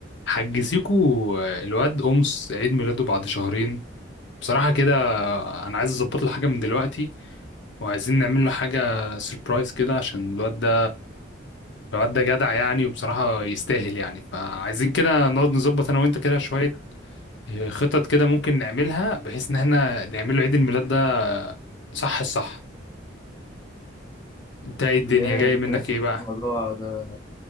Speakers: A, on the left; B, on the left.
A: حجزيكوا الواد أمس عيد ميلاده بعد شهرين بصراحة كده أنا عايز أظبط له حاجة من دلوقتي وعايزين نعمل له حاجة سيربرايز كده عشان الواد ده الواد ده جدع يعني وبصراحة يستاهل يعني فعايزين كده نقعد نظبط أنا وأنت كده شوية آه، خطط كده ممكن نعملها بحيث إن احنا نعمل له عيد الميلاد ده صح الصح أنت إيه الدنيا
B: يا
A: جاي
B: انا كنت
A: منك
B: ناسي
A: إيه
B: خالص
A: بقى
B: الموضوع ده